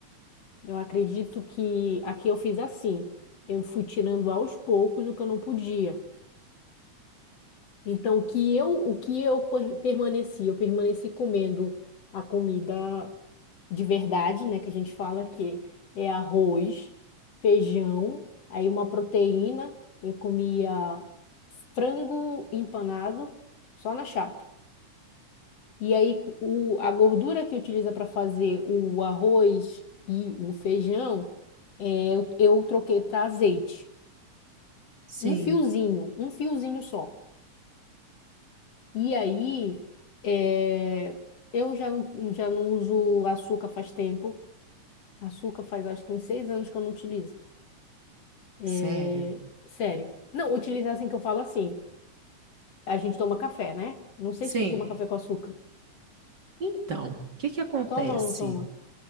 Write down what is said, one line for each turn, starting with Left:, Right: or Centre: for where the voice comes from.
Left: Eu acredito que aqui eu fiz assim. Eu fui tirando aos poucos o que eu não podia. Então, o que eu, o que eu per- permaneci? Eu permaneci comendo a comida de verdade, né? Que a gente fala que é arroz, feijão, aí uma proteína. Eu comia frango empanado só na chapa. E aí o, a gordura que utiliza para fazer o arroz e o feijão, é, eu, eu troquei para azeite.
Right: Sim.
Left: Um fiozinho, um fiozinho só. E aí é, eu já, não- já não uso açúcar faz tempo. Açúcar faz acho que uns seis anos que eu não utilizo. É,
Right: Sério?
Left: sério. Não, utilizar assim que eu falo assim. A gente toma café, né? Não sei
Right: Sim.
Left: se tu toma café com açúcar.
Right: Então, o que que acontece?
Left: Toma ou não toma?